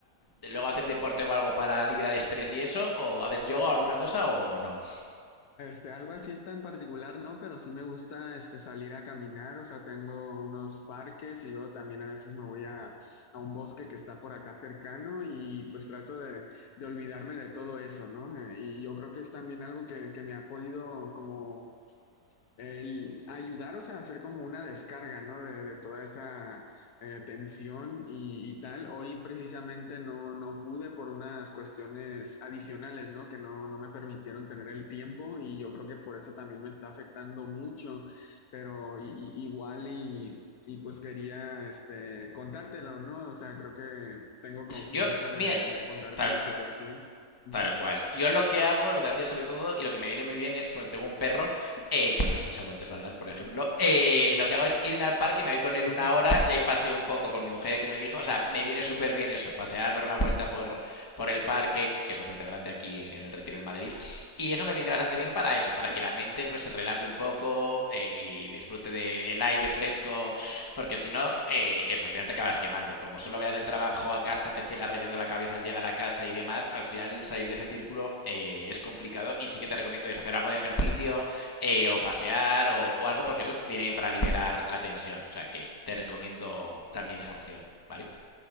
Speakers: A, on the left (about 15°); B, on the left (about 75°).
A: luego haces deporte o algo para liberar estrés y eso, o haces yoga o alguna cosa o, o no.
B: Este, algo así tan particular, no, pero sí me gusta este, salir a caminar, o sea, tengo unos parques y luego también a veces me voy a, a un bosque que está por acá cercano y pues trato de, de olvidarme de todo eso, ¿no? Eh, y yo creo que es también algo que, que me ha podido como el ayudaros a hacer como una descarga, ¿no? De, de toda esa eh, tensión y, y tal. Hoy precisamente no, no pude por unas cuestiones adicionales, ¿no? Que no, no me permitieron tener el tiempo y yo creo que por eso también me está afectando mucho, pero i- i- igual y, y pues quería este, contártelo, ¿no? O sea, creo que tengo confianza
A: Yo, mira,
B: de, de contarte
A: tal,
B: mi situación. Ujú,
A: tal cual. Yo lo que hago, lo que hacía sobre todo, y lo que me viene muy bien es que tengo un perro, eh, que los he escuchado antes ladrar, por ejemplo, eh, lo que hago es irme al parque, me voy con él
B: ujú.
A: una hora y ahí paseo un poco con mi mujer y con el hijo. O sea, me viene súper bien eso, pasear, dar una vuelta por, por el parque, que es bastante grande aquí en el Retiro en Madrid. Y eso me viene bastante bien para eso, para que la mente pues, se relaje un poco eh, y disfrute del aire fresco Porque si no, eh, eso, al final te acabas quemando. Como solo vayas del trabajo a casa, te sigas rayando la cabeza al llegar a casa y demás, al final salir de ese círculo eh, es complicado y sí que te recomiendo eso, hacer algo de ejercicio eh, o pasear o, o algo, porque eso viene bien para liberar la tensión. O sea que te recomiendo también esa opción, ¿vale?